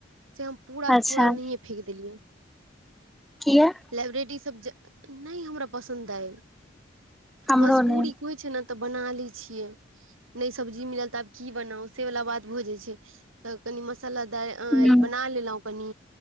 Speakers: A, on the right; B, in the centre.
A: से हम पूरा
B: अच्छा
A: के पूरा ओनहिये फेेक देलियै।
B: किया
A: लाइब्रेरी सब ज नहि हमरा पसन्द अइ
B: हमरो
A: मजबूरी
B: नै
A: कोइ छैय ने त बना लई छियै नहि सब्जी मिलल त आब की बनाउ से वला बात भ जई छैय त कनि मस सला दि
B: हूँ
A: बना लेलहुँ कनी